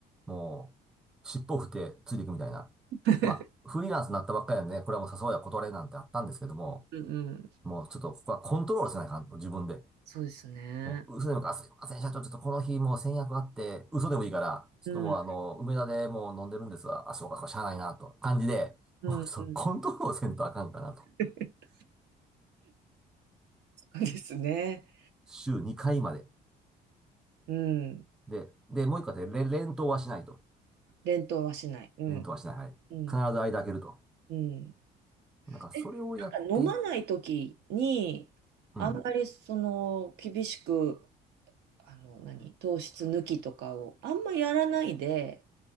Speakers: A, in the centre; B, on the right.
A: もう、尻尾を振ってついていくみたいな。
B: <laughs>
A: まあ、フリーランスになったばっかりなんでね、これはもう誘われは断れなんてあったんですけども、
B: うんうん。
A: もうちょっとここはコントロールせないかんと、自分で。
B: そうですね。
A: もう、嘘でもいいから、あすいません、社長、ちょっとこの日もう先約あって、嘘でもいいから、ちょっともうあの、
B: うん。
A: 梅田でもう飲んでるんですわ。あ、そうか、そうか、しゃあないな、と。感じで、
B: うんうん。
A: もうちょっとコントロールをせんとあかんかなと。
B: <laughs> そうですね。
A: 週2回まで。
B: うん。
A: で、で、もう一個あって、れ連投はしないと。
B: 連投はしない。うん。
A: 連投はしない。はい。
B: うん。
A: 必ず間開けると。
B: うん。
A: なんか、それをやってい、
B: えなんか飲まない時に、
A: うん。
B: あんまりその厳しく、あの、何、糖質抜きとかをあんまやらないで、